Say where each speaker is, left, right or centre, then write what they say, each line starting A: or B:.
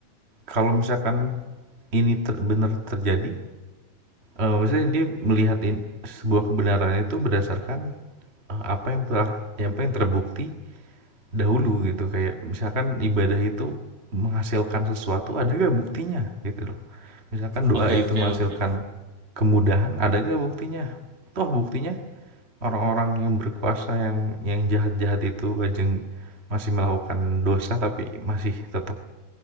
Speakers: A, on the right (about 30°); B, on the right (about 50°).
A: kalau misalkan ini ter- benar terjadi Eee, maksudnya dia melihat in sebuah kebenaran itu berdasarkan, eee, apa yang telah apa yang terbukti dahulu gitu, kayak misalkan ibadah itu menghasilkan sesuatu, ada nggak buktinya? Gitu loh. Misalkan doa
B: Oke
A: itu
B: oke
A: menghasilkan
B: oke.
A: kemudahan, ada nggak buktinya? Toh buktinya orang-orang yang berkuasa, yang yang jahat-jahat itu ajeng masih melakukan dosa, tapi masih tetap